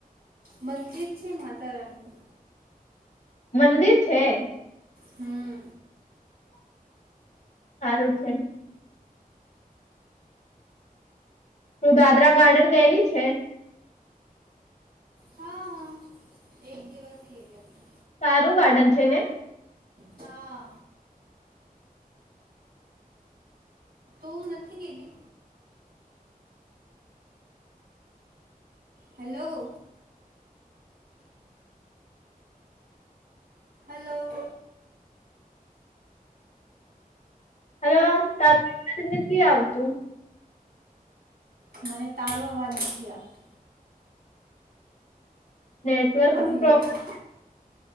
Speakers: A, on the right; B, on the left.
A: મંદિર છે માતારણી.
B: મંદિર છે?
A: હમ્મ.
B: સારું છે. તું દાદરા ગાર્ડન ગયેલી છે.
A: હા એક દિવસ ગયેલી હતી
B: સારું ગાર્ડન છે ને?
A: હા હું નથી ગેલી. હેલો. હલો.
B: હલો <unintelligible> <unintelligible> આવતું.
A: મને તારો અવાજ નથી આપતો.
B: નેટવર્ક
A: આવી
B: ન પ્રોબ્લેમ
A: રહ્યો છે